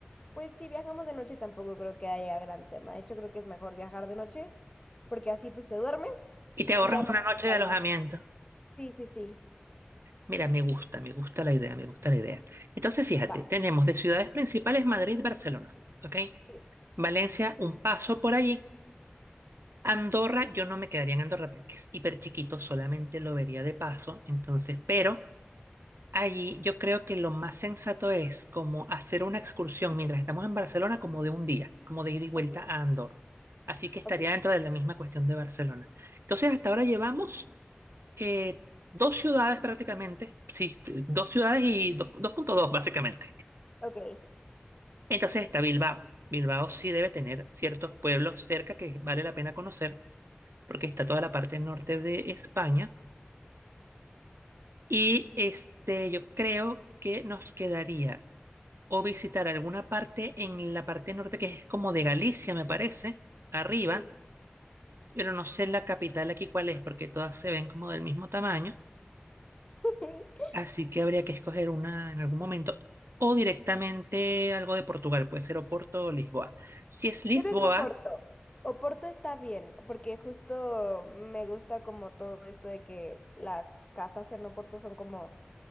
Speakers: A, on the left; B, on the right.
A: pues si viajamos de noche tampoco creo que haya gran tema. De hecho, creo que es mejor viajar de noche, porque así pues te duermes
B: Y te ahorras
A: y ya más
B: una noche de
A: allá.
B: alojamiento.
A: Sí, sí, sí.
B: Mira, me gusta, me gusta la idea, me gusta la idea. Entonces, fíjate,
A: Va,
B: tenemos de ciudades principales Madrid, Barcelona, ¿ok?
A: sí.
B: Valencia, un paso por allí. Andorra, yo no me quedaría en Andorra porque es hiper chiquito, solamente lo vería de paso. Entonces, pero allí yo creo que lo más sensato es como hacer una excursión mientras estamos en Barcelona, como de un día, como de ida y vuelta
A: Ok,
B: a Andorra. Así que estaría
A: ok.
B: dentro de la misma cuestión de Barcelona. Entonces, hasta ahora llevamos eh, dos ciudades prácticamente, sí, dos ciudades y do- 2.2 básicamente.
A: Ok,
B: Entonces está Bilbao. Bilbao sí debe tener ciertos pueblos cerca que vale la pena conocer porque está toda la parte norte de España. Y este, yo creo que nos quedaría o visitar alguna parte en la parte norte que es como de Galicia, me parece, arriba,
A: sí.
B: pero no sé la capital aquí cuál es porque todas se ven como del mismo tamaño.
A: <laughs>
B: Así que habría que escoger una en algún momento. O directamente algo de Portugal, puede ser Oporto o Lisboa. Si es Lisboa,
A: Yo creo que Oporto. Oporto está bien, porque justo me gusta como todo esto de que las casas en Oporto son como